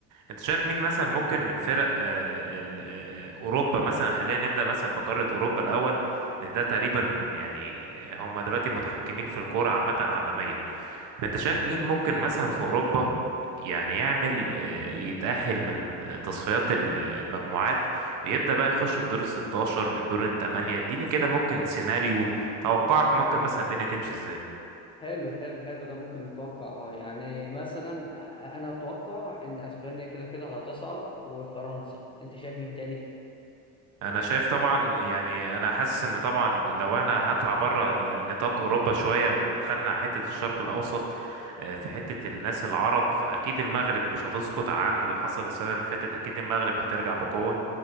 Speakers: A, on the right; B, on the left.
A: انت شايف مين مثلا ممكن من فرق آه، ال- آه، آه، اوروبا مثلا خلينا نبدا مثلا بقاره اوروبا الاول لان ده تقريبا من يعني آه، هم دلوقتي متحكمين في الكوره عامه عالميا فانت شايف مين ممكن مثلا في اوروبا يعني يعمل آه، يتاهل من تصفيات ال- المجموعات ويبدا بقى يخش الدور ال 16 من الدور الثمانيه اديني كده ممكن سيناريو توقعك ممكن مثلا الدنيا تمشي ازاي
B: حلو حلو حلو ده ممكن نتوقع اه يعني مثلا أنا أتوقع إن أسبانيا كده كده هتصعد وفرنسا أنت شايف مين تاني؟
A: انا شايف طبعا يعني انا حاسس ان طبعا لو انا هطلع بره آه، نطاق اوروبا شويه وخدنا حته الشرق الاوسط آه، في حته الناس العرب فاكيد المغرب مش هتسقط عن اللي حصل السنه اللي فاتت اكيد المغرب هترجع بقوه